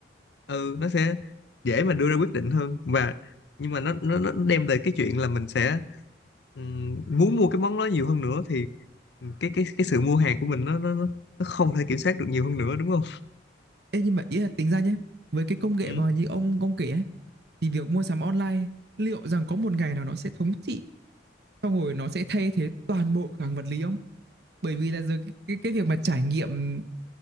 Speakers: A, on the left; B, on the right.
A: ừ nó sẽ dễ mà đưa ra quyết định hơn và nhưng mà nó nó, nó đem về cái chuyện là mình sẽ ừm, muốn mua cái món đó nhiều hơn nữa thì cái cái cái sự mua hàng của mình nó nó nó nó không thể kiểm soát được nhiều hơn nữa đúng không?
B: Ê nhưng mà ý là tính ra nhé Với cái công nghệ
A: Ừ,
B: mà như ông ông kể ấy Thì việc mua sắm online liệu rằng có một ngày nào nó sẽ thống trị, xong rồi nó sẽ thay thế toàn bộ cửa hàng vật lý không? Bởi vì là giờ cái cái việc mà trải nghiệm